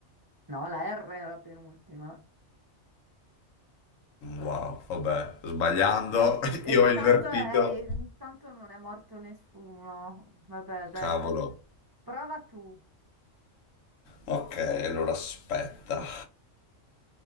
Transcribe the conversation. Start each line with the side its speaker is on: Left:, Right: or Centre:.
Right: No, la R è la penultima.
Left: Wow, vabbè, sbagliando,
Right: Vabb-
Left: <laughs>
Right: e
Left: io
Right: intanto,
Left: ho invertito.
Right: è- intanto non è morto nessuno. Vabbè, dai,
Left: Cavolo.
Right: to- prova tu.
Left: Ok, allora aspetta.